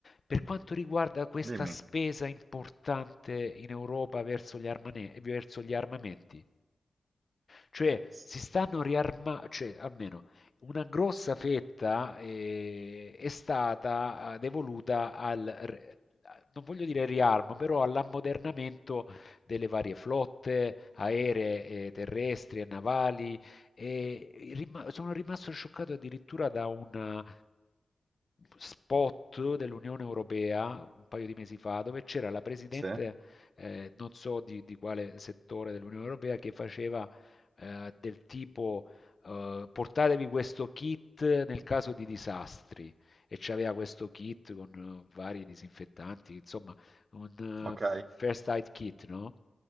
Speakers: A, on the left; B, on the right.
A: Per quanto riguarda questa
B: Dimmi.
A: spesa importante in Europa verso gli armane- verso gli armamenti, cioè
B: S-
A: si stanno riarma cioè almeno una grossa fetta, ehm, è stata, uhm, devoluta al r non voglio dire riarmo, però all'ammodernamento delle varie flotte aeree e terrestri e navali, e i rima sono rimasto scioccato addirittura da un spot dell'Unione Europea, un paio di mesi fa, dove c'era la presidente,
B: Sì?
A: ehm, non so di di quale settore dell'Unione Europea, che faceva eh, del tipo eh, portatevi questo kit nel caso di disastri e c'aveva questo kit con eh, vari disinfettanti, insomma, un
B: Ok?
A: eh, first aid kit, no?